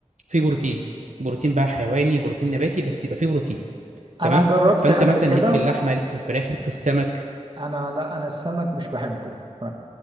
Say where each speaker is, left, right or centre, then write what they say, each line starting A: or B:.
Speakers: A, on the right (about 75°); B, on the right (about 40°).
A: فيه بروتين بروتين بقى حيواني بروتين نباتي بس يبقى فيه بروتين تمام
B: أنا جربت
A: فانت
B: قبل
A: مثلا
B: كده
A: ليك في اللحمة ليك في الفراخ ليك في السمك
B: انا لا انا السمك مش بحبه ف